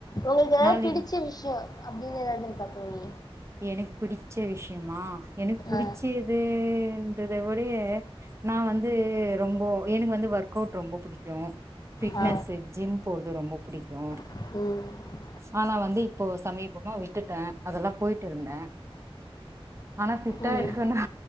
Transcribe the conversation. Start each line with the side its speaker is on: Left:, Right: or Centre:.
Left: உங்களுக்கு ஏதாவது
Right: நாளைக்
Left: பிடிச்ச விஷயம் அப்படின்னு எதாவதுு பார்த்தோி
Right: எனக்கு பிடி பிடிச்ச விஷயம்மா எனக்கு புடிச்சது
Left: ஆ
Right: த விட நான் வந்து ரொம்ப எனக்கு வந்து ஒர்க் அவுட் ரொம்ப பிடிக்கும் பிட்னஸ்
Left: ஆ
Right: ஜிம் போறது ரொம்ப பிடிக்கும்
Left: ம்
Right: ஆனா வந்து இப்போ சமீபமா விட்டுட்டேன் அதெல்லாம் போயிட்டு இருந்தேன் ஆனா ஃபிட்டா
Left: ம்
Right: இருக்குன்னுா